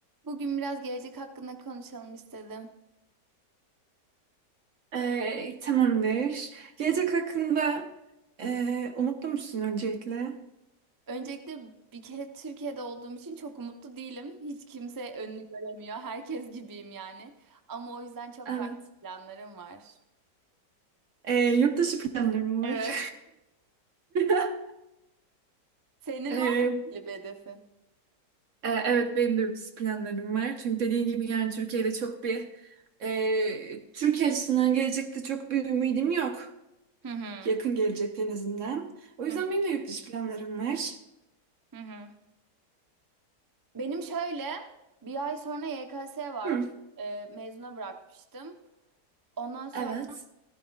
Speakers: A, on the right; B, on the right.
A: Bugün biraz gelecek hakkında konuşalım istedim.
B: Ee, tamamdır. Gelecek hakkında ee, umutlu musun öncelikle?
A: Öncelikle bir kere Türkiye'de olduğum için çok umutlu değilim. Hiç kimse önünü göremiyor. Herkes gibiyim yani. Ama o yüzden çok
B: Evet.
A: farklı planlarım var.
B: Ee, yurt dışı planlarım var.
A: Evet.
B: <laughs>
A: Senin
B: Ee,
A: var mı belli bir hedefin?
B: e, evet benim de yurt dışı planlarım var. Çünkü dediğim gibi yani Türkiye'de çok bir ee, Türkiye açısından gelecekte çok bir ümidim yok.
A: Hı hı.
B: Yakın gelecekte en azından. O yüzden
A: Hı hı.
B: benim de yurt dışı planlarım var.
A: Hı hı. Benim şöyle bir ay sonra YKS var.
B: Hı.
A: Ee, mezuna bırakmıştım. Ondan sonra
B: Evet.